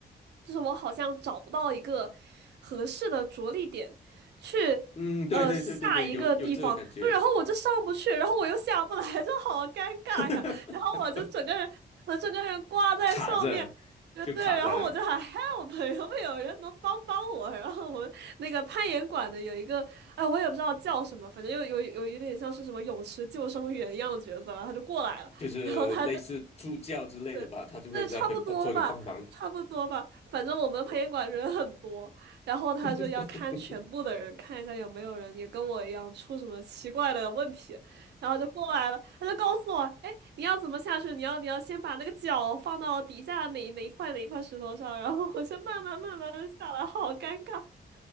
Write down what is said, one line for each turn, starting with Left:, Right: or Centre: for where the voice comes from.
Right: 就是我好像找不到一个合适的着力点去，
Left: 嗯，对对对对对，
Right: 呃，下一个地方，
Left: 有有这个感觉，
Right: 然后我就上不去，然后我又下不来，就好尴尬呀。
Left: <laughs>
Right: 然后我就整个人，我整个人挂在上面。
Left: 卡着就卡在那里。
Right: 呃，对，然后我就喊 help，有没有人能帮帮我？<laughs> 然后我们那个攀岩馆的有一个，哎，我也不知道叫什么，反正又有有有一点像是什么泳池救生员一样的角色，然后他就过来了，
Left: 就是类似助教之类的吧，
Right: <laughs> 然后他就对，
Left: 他就会在那边做一个帮忙。
Right: 对，差不多吧，差不多吧。反正我们培训馆人很多，然后他就要看全部的人，
Left: <laughs>
Right: 看一下有没有人也跟我一样出什么奇怪的问题，然后就过来了，他就告诉我，哎，你要怎么下去？你要你要先把那个脚放到底下哪哪一块哪一块石头上，然后我就慢慢慢慢的下来，好尴尬，